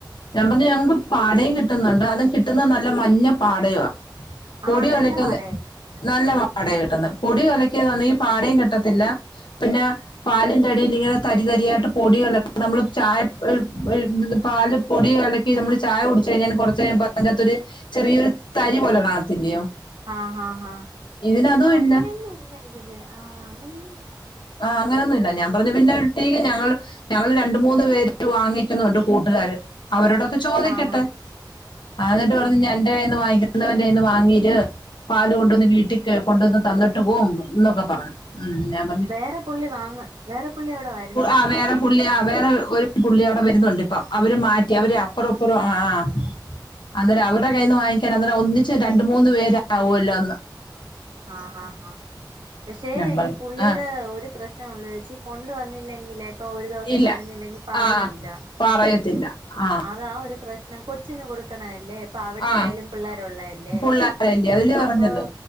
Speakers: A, on the left (about 70°); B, on the right (about 80°).
A: ഞാം പറഞ്ഞു ഞങ്ങക്ക് പാടയും കിട്ടുന്നുണ്ട് അതും കിട്ടുന്നത് നല്ല മഞ്ഞ പാടയുവാ പൊടി
B: ആഹ്
A: കലക്കൽ
B: നല്ല പാടയാ കിട്ടുന്നെ
A: നല്ല പാടയാ കിട്ടന്ന് പൊടി
B: ഉം
A: ക്കിയവെക്കുവാണെങ്കി പാടയും കിട്ടത്തില്ല പിന്നെ പാ എടേൽ ങ്ങനെ തരി തരി ആയിട്ട് പൊടികളൊക്കെ നമ്മള് ചായ ഒര് ഒര് പാല് പൊടി കല്ക്കി നമ്മള് ചായ കുടിച്ച് കഴിഞ്ഞാല് കൊറച്ച്കഴിയുമ്പോ അയ്നകത്തോര് ചെറിയൊരു തരി പോലെ കാണത്തില്ലയോ
B: ആഹ് ആഹ് ആഹ്
A: ഇതിനതും
B: ആഹ്
A: ഇല്ല
B: അങ്ങനെയൊന്നുല്ല ഇതില് ആഹ് അങ്ങനെന്നു
A: ആഹ് അങ്ങനൊന്നുല്ല ഞാം പർഞ്ഞു പിന്നെട്ടീക്ക് ഞങ്ങള് ഞങ്ങള് രണ്ട്, മൂന്ന് പേര് വാങ്ങിക്കുന്നുണ്ട് കൂട്ടുകാര് അവരോടൊക്കെ ചോദിക്കട്ടെ
B: ആഹ് ഹാ
A: ആഹ് ന്നിട്ട് പറഞ്ഞു നിന്റെ കയ്യ് വാങ്ങിക്കുന്നവന്റെ കയ്യ്ന്ന് വാങ്ങീറ്റ് പാല് കൊണ്ടുവന്ന് വീട്ടിക്ക് കൊണ്ടുവന്ന് തന്നിട്ട് പോവും ന്നൊക്കെ പറഞ്ഞു ഉം ഞാം
B: വേറെ പുള്ളി വാങ്ങ് വേറെ പുള്ളി അവിടെ വരുന്നുണ്ടോ
A: ആ വേറെ പുള്ളി ആഹ് വേറെ ഒരു പുള്ളി അവിടെ വരുന്നുണ്ട് ഇപ്പൊ അവര് മാറ്റി അവര് അപ്പറോ ഇപ്പറോ ആഹ് ആഹ് അന്നേരം അവരുടെ കയ്യിൽ നിന്ന് വാങ്ങിക്കാൻ അന്നേരം ഒന്നിച്ച് രണ്ട്, മൂന്ന് പേരാവല്ലോന്ന്
B: ആഹ് ആഹ് ആഹ് പക്ഷെ
A: ഞാൻ പറഞ്ഞു
B: ഈ പുള്ളിരെ
A: ആ
B: ഒര് പ്രശ്ന ള്ളു ചേച്ചി കൊണ്ടുവന്നില്ലെങ്കിൽ ഒരു ദെവസം
A: ഇല്ല
B: വരുന്നില്ലെങ്കിൽ പറയൂല.
A: ആ പറയത്തില്ല ആ
B: അതാ ഒരു പ്രശ്ന നം കൊച്ചിന് കൊടുക്കണല്ലേ ഇപ്പൊ അവടെ
A: ആ
B: ആയാലും പിള്ളേരുള്ളല്ലേ
A: പുള്ളാരല്ലേ അതില് പറഞ്ഞത്
B: അപ്പൊ